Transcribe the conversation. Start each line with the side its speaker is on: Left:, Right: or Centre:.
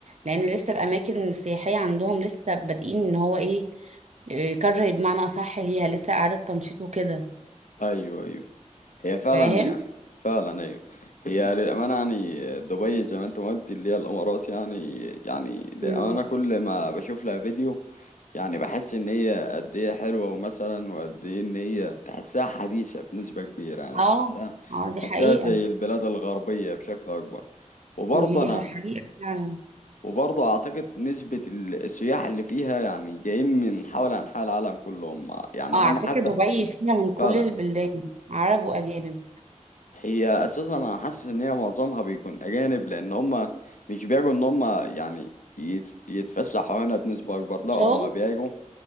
Right: لأن لسه الأماكن السياحية عندهم لسه بادئين ان هو ايه إيه، كرة بمعنى أصح ليها لسه إعادة تنشيط وكده
Left: ايوه ايوه هي فعلا
Right: فاهم؟
Left: يعني فعلا ايوه هي للامانه يعني دبي زي ما انت ما قلت اللي هي الامارات يعني يعني للامانه
Right: مم.
Left: كل ما بشوف لها فيديو يعني بحس ان هي قد ايه حلوه ومثلا وقد ايه ان هي تحسها حديثه بنسبه كبيره يعني
Right: اه
Left: تحسها
Right: اه
Left: تحسها
Right: دي حقيقة
Left: زي البلاد الغربيه بشكل اكبر وبرضه
Right: دي
Left: انا
Right: حقيقة فعلا
Left: وبرضه اعتقد نسبه ال- السياح اللي فيها يعني جايين من حول انحاء العالم كلهم يعني
Right: اه
Left: هم
Right: على فكرة
Left: حتى
Right: دبي فيها من كل
Left: فعلا
Right: البلدان عرب وأجانب
Left: هي اساسا انا حاسس ان هي معظمها بيكون اجانب لان هم مش بيجوا ان هم يعني يت- يتفسحوا هنا بنسبه اكبر لا هم
Right: شغل
Left: بيجوا